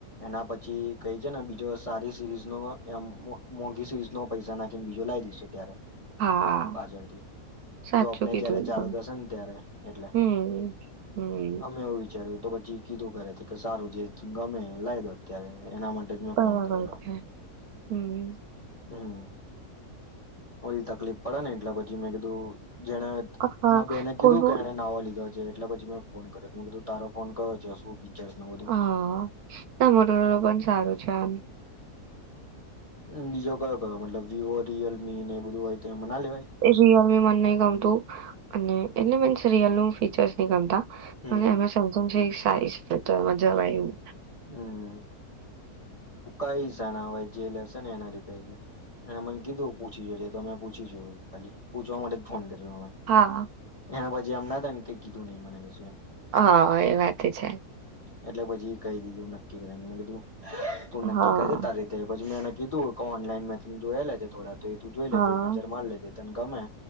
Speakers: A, on the left; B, on the right.
A: એના પછી કઈ છે ને બીજો સારી સીરીઝ નો મોંઘી સીરીઝ નો પૈસા નાખીને બીજો લાવ દઈશું ત્યારે.
B: હા
A: પાજળથી,
B: સાચું
A: જો આપને
B: કીધું
A: જ્યારે.
B: એકદમ
A: ચાલુ થશે ને ત્યારે એટલે,
B: હમ હમ
A: અમે એવું વિચાર્યું. તો પછી કીધું કરે કે, સારું જે ગમે લાઇ દો અત્યારે. એના માટે જ મેં
B: બરાબર
A: ફોન કરેલો.
B: છે હમ
A: હમ. બધી તકલીફ પડે ને એટલે પછી મેં કીધું જેણે
B: હા
A: મા બેને કીધું
B: કોનું
A: કે એને નવો લીધો. એટલે પછી મેં ફોન કર્યો, કીધું તારો ફોન કયો છે શું ફીચર્સ ને બધું
B: હા, ના મોટરોલા પણ સારું છે એમ.
A: બીજો કયો કયો મતલબ વિવો, રિયલમી ને એ બધું હોય. એમાં ના લેવાય
B: એ રીયલી મન નહિ ગમતું અને. એટલે મીન્સ. રયલ ન ફીચર્સ ન ગમતા
A: હમ
B: એ
A: હમ
B: સેમસંગ સારી. જવાય એવું.
A: હમ કઈ સાના હોય જે લેશે ને એના લીધે, એને મને કીધું પૂછી જે તમે પૂછી જો, ખાલી પૂછવા માટે જ ફોન કરેલો.
B: હા.
A: હ પછી એમ ના થય કે કિધું નહીં મને ગુ
B: હા એ વાત છે.
A: એટલે પછી ક દીધું નક્કી કરીને મેં કીધું. તું
B: હા
A: નક્કી કરજે તારી રીતે મે ન કીધું કે ઓનલાઈન મે ત જોયેલા છે થોડા. તો એ તું જોઈ
B: હા
A: લેજે નજર માન લેજે. તન ગમે